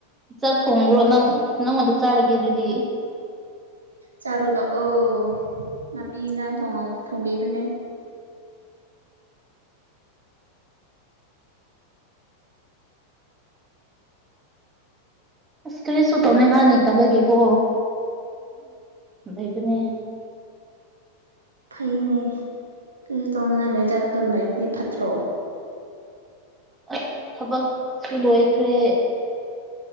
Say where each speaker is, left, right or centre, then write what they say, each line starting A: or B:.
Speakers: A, on the right; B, on the right.
A: ꯆꯥꯛ ꯊꯣꯡꯕ꯭ꯔꯣ ꯅꯪ ꯅꯪꯉꯣꯟꯗ ꯆꯥꯔꯒꯦ ꯑꯗꯨꯗꯤ
B: ꯆꯥꯔꯣ ꯂꯥꯛꯑꯣ ꯅꯥꯄꯤ ꯏꯟꯁꯥꯡ ꯊꯣꯡ ꯊꯣꯡꯕꯤꯕꯅꯦ
A: ꯑꯁ ꯀꯔꯤ ꯁꯨ ꯇꯧꯅꯉꯍꯥꯟ ꯂꯩꯇꯕꯒꯦꯀꯣ ꯑꯅꯦ
B: ꯐꯩꯅꯦ ꯀꯩꯁꯨ ꯇꯧꯅꯤꯡꯉꯥꯏ ꯂꯩꯗ꯭ꯔ ꯑꯗꯨꯝ ꯂꯩꯕꯨꯗꯤ ꯐꯠꯇ꯭ꯔꯣ
A: ꯑꯁ ꯊꯕꯛꯁꯨ ꯂꯣꯏꯈ꯭ꯔꯦ